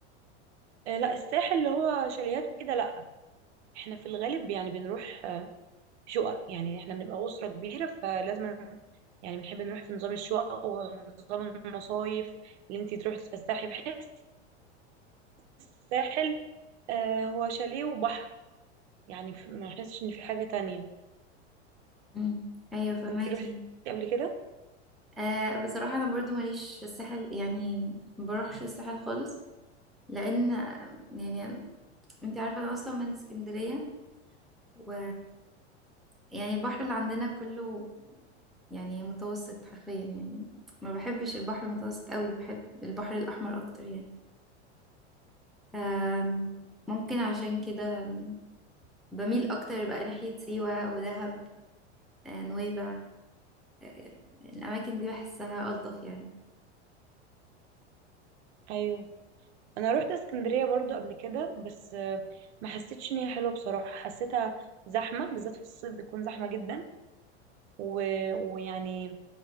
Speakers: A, on the right; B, in the centre.
A: آه، لا الساحل اللي هو شاليهات وكده لا احنا في الغالب يعني بنروح آه، شقق يعني احنا بنبقى أسرة كبيرة فلازم يعني بنحب نروح في نظام الشقق ونظام المصايف اللي انت تروحي تتفسحي بحس الساحل آه، هو شاليه وبحر يعني ف- ما احسش ان في حاجة تانية
B: مم. أيوه فهماكي
A: انتي روحتي قبل كده
B: آه بصراحة أنا برضو ماليش في الساحل يعني ما بروحش الساحل خالص لأن آه، يعني أنت عارفة أنا أصلا من اسكندرية و يعني البحر اللي عندنا كله يعني متوسط حرفيا يعني ما بحبش البحر المتوسط قوي بحب البحر الأحمر أكتر يعني آم، ممكن عشان كده بميل أكتر بقى ناحية سيوة ودهب آه، نويبع آه، الأماكن دي بحسها ألطف يعني
A: ايوه انا روحت اسكندرية برضو قبل كده بس آه، ما حسيتش ان هي حلوة بصراحة حسيتها زحمة بالذات في الصيف بيكون زحمة جدا و... ويعني